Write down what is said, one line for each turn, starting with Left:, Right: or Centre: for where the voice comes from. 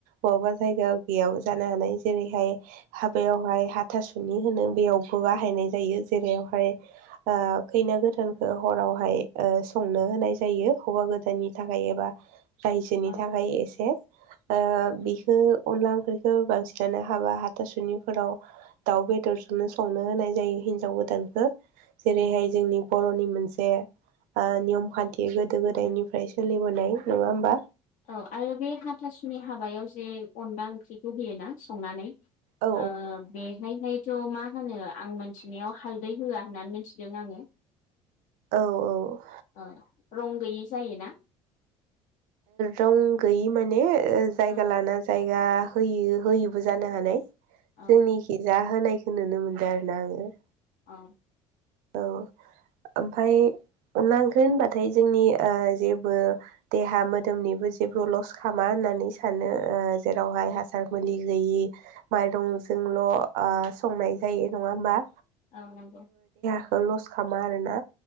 Right: बहाबा जायगायाव गैयाबो जानो हानाय जेरैहाय हाबायावहाय हाथासुनि होनो बेयावबो बाहायनाय जायो। जेरैहाय ओ खैना गोदानखो हरावहाय ओ संनो होनाय जायो हौवा गोदाननि थाखाय एबा रायजोनि
Left: औ
Right: थाखाय एसे ओ
Left: उम
Right: बिखो अनला खो बांसिनानो हाबा हाथासुनिफोराव दाउ बेदरजोंनो संनो होनाय जायो हिनजाव गो दानखो जेरैहाय
Left: उम
Right: जोंनि बर'नि मोनसे ओ नियम खान्थि गोदो गोदायनिफ्राय
Left: औ
Right: सो सोलिबोनाय नङा होमबा?
Left: औ, आरो बे हाथासुनि हाबायाव जे अनला ओंख्रिखौ होयो ना संनानै?
Right: औ
Left: ओ बेहायहायथ' मा होनो आं मिथिनायाव हाल दै होआ होननानै मिथिदों आङो।
Right: औ औ।
Left: ओ रं गैयि जायोना?
Right: रं गैयि माने जायगा
Left: ओ
Right: लाना जायगा होयो होयोैबो जानो हानाय।
Left: औ
Right: जोंनिखि जा होनायखौ नुनो मोनदों आरोना आङो।
Left: औ।
Right: औ। ओमफाय अनला ओंख्रि होनबाथाय जोंनि ओ जेबो देहा मोदोमनि जेबो ल'स खामा होननानै सानो ओ जेराव हासार मुलि होयि माइरं जोंल' ओ संनाय जायो नङा होमबा?
Left: औ नंगौ।
Right: खौ ल'स खालामा आरोना